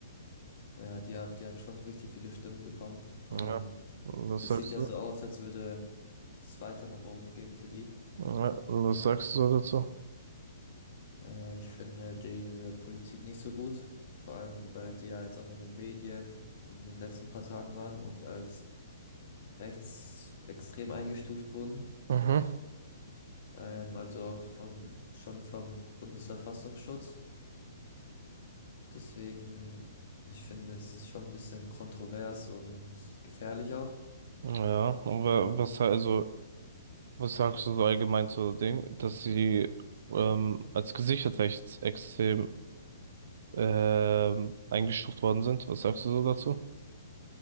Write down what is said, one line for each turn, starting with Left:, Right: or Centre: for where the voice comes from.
Left: Ja, die AfD hat schon richtig viele Stimmen bekommen und
Right: Ja. Was
Left: das
Right: sagst
Left: sieht ja
Right: du?
Left: so aus, als würde das weiter nach oben gehen für die.
Right: Ja, was sagst du dazu?
Left: Äh, ich finde die- ihre Politik nicht so gut, vor allem weil die ja jetzt auch in den Medien in den letzten paar Tagen waren und als rechtsextrem eingestuft wurden.
Right: Mhm.
Left: Ähm, also auch von, schon vom Bundesverfassungsschutz. Deswegen, ich finde, das ist schon ein bisschen kontrovers und gefährlich auch.
Right: Ja, aber was also, was sagst du so allgemein zu dem, dass sie ähm, als gesichert rechtsextrem ähm, eingestuft worden sind? Was sagst du so dazu?